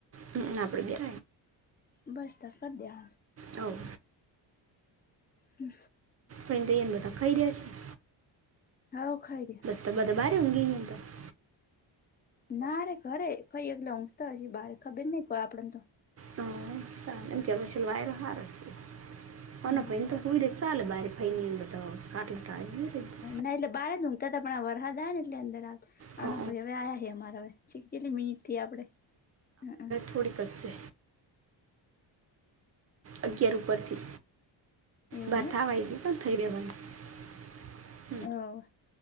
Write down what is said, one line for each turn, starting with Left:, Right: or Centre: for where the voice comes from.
Right: હમ આપડે બ
Left: બસ ત કર દ હ
Right: હવ
Left: હમ
Right: ફઈને દઈ એને બધા ખાઈ રહ્યા છે
Left: હા ખાઈ રહ
Right: સત્ બ તો બહરઊંગી હો તો <unintelligible>
Left: નારે ઘરે ફઈ એકલા ઊંઘતા હશે બઆરે ખબર નહ કોઈ આપડને તો
Right: હ એમ કે વાયરો હારશેના
Left: હોવે
Right: ભને તો હય મ સાલ ભારે ફૈની તો તો કાટલા ટા <inaudible>
Left: ના એટલે બારે ધૂમતા હતા પણ આ વરસાદાય ને એટલે અંદર આવ
Right: તો
Left: આન ભાઈ હવે આ્યા છે અમારા હવે છે જેટલી મિનિટથી આપડે હ
Right: થોડીકશે અગિયાર ઉપરથી
Left: એવું
Right: બહાર
Left: હે
Right: થવાય પણ થઈ રહેવાનું
Left: હ